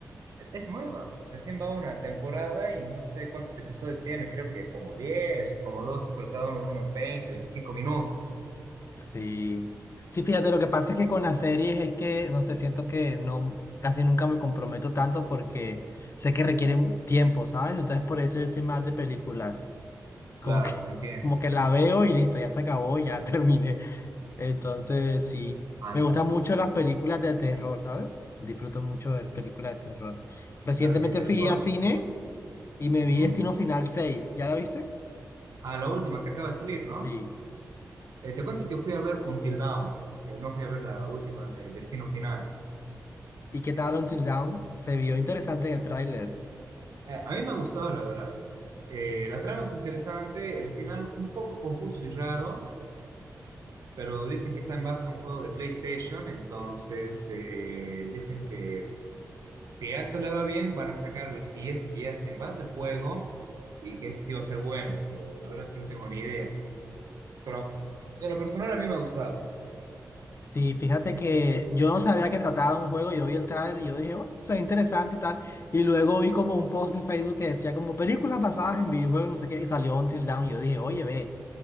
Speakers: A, on the right; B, on the left.
A: Es nueva, recién va una temporada y no sé cuántos episodios tiene, creo que como 10 o como 12 pero cada uno de unos 20 25 minutos.
B: Sí. Sí, fíjate, lo que pasa es que con las series es que, no sé, siento que no, casi nunca me comprometo tanto porque sé que requieren tiempo, ¿sabes? Entonces por eso yo soy más de películas. Como
A: Claro,
B: que, <laughs>
A: te entiendo.
B: como que la veo y listo, ya se acabó, ya <laughs> terminé. Entonces, sí.
A: Ah,
B: Me
A: claro.
B: gustan mucho las películas de terror, ¿sabes? Disfruto mucho ver películas de terror. Recientemente
A: A los de Telfónica.
B: fui a cine y me
A: Ujú.
B: vi Destino Final seis, ¿Ya la viste?
A: A la última que acaba de salir, ¿no?
B: Sí.
A: Eh, te cuento que fui a ver Until Dawn, eh, no fui a ver la última de Destino Final.
B: ¿Y qué tal Until Dawn? Se vio interesante en el tráiler.
A: Eh, a mí me ha gustado, la verdad. Eh, la trama es interesante, el final un poco confuso y raro, pero dicen que está en base a un juego de PlayStation, entonces eh, dicen que Si a esta le va bien, van a sacar la siguiente que ya se en base al juego y que sí va a ser bueno, pero la verdad es que no tengo ni idea. Pero de lo personal a mí me ha gustado.
B: Sí, fíjate que yo no sabía que trataba de un juego, yo vi el tráiler y yo dije, oh, se ve interesante y tal, y luego vi como un post de Facebook que decía como películas basadas en videojuegos, no sé qué, y salió Until Dawn, y yo dije, oye, ve,